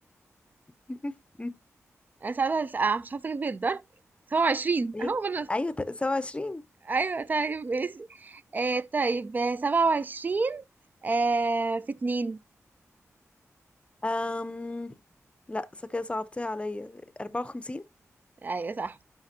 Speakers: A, on the left (about 20°); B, on the right (about 35°).
A: <laughs>
B: انا ساعتها هلس- آه، مش عارفة اجيب الضرب سبعة وعشرين
A: ايه
B: اهو خلاص
A: أيوة سبعة وعشرين
B: ايوه طيب ماشي آه طيب آه، سبعة وعشرين آه في اتنين
A: أم... لا صح كده صعبتيها عليا أربعة وخمسين
B: ايوه صح